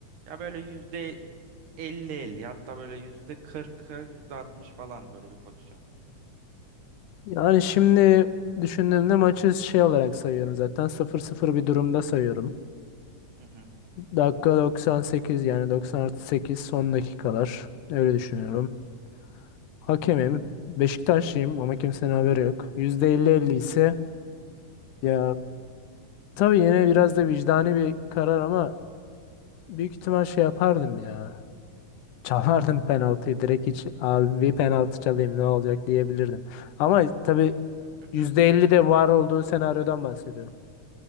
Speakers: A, on the right; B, on the left.
A: ya böyle yüzde elli 50 hatta böyle yüzde 40'a yüzde 60 falan böyle bir pozisyon.
B: Yani şimdi düşündüğümde maçı şey olarak sayıyorum zaten. sıfır sıfır bir durumda sayıyorum.
A: Hı hı,
B: Dakika doksan sekiz yani 90 artı sekiz son dakikalar. Öyle düşünüyorum.
A: hı hı.
B: Hakemim. Beşiktaşlıyım ama kimsenin haberi yok. Yüzde elli elli ise ya tabii yine biraz da vicdani bir karar ama büyük ihtimal şey yapardım ya. Çalardım penaltıyı direkt hiç abi bir penaltı çalayım ne olacak diyebilirdim. Ama tabii
A: <clears throat>
B: %50 de var olduğu senaryodan bahsediyorum.